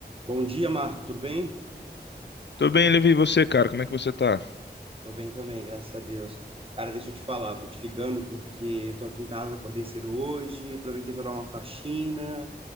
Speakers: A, on the right; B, on the left.
A: Bom dia, Marco, tudo bem?
B: Tô bem, Levi, e você, cara? Como é que você tá?
A: Tô bem também, graças a Deus. Cara, deixa eu te falar, tô te ligando porque tô aqui em casa, acordei cedo hoje, aproveitei para dar uma faxina